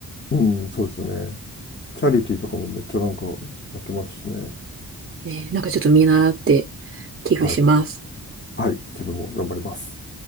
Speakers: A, on the left (about 30°); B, on the right (about 35°).
A: うん、そうですよね。チャリティーとかもめっちゃなんかやってますしね。
B: ね、なんかちょっと見習って寄付します。
A: はい。はい。自分も頑張ります。